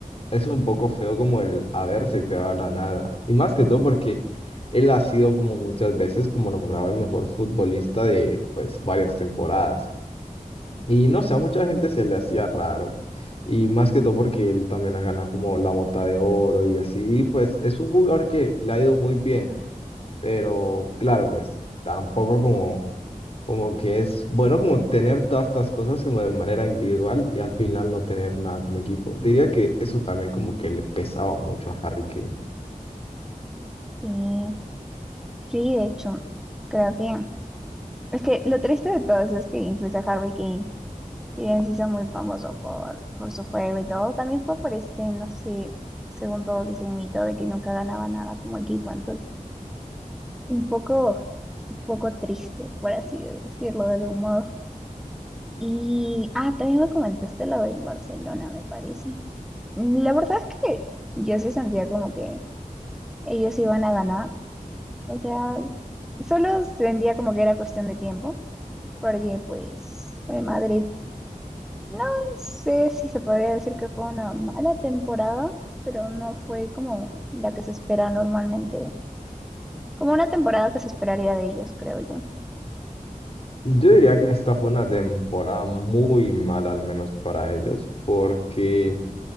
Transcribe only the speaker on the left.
es un poco feo como el haberse quedado a la nada, y más que todo porque él ha sido como muchas veces como nombrado el mejor futbolista de pues varias temporadas. Y no
sé, a mucha gente se le hacía raro. Y más que todo porque él también ha ganado como la bota de oro y así, y pues es un jugador que le ha ido muy bien,
pero claro, pues tampoco como, como que es bueno como tener todas estas cosas como de manera individual y al final no tener nada como equipo. Diría que eso también como que le pesaba mucho a Harry Kane.
Yo diría que esta fue una temporada muy mala, al menos para ellos, porque...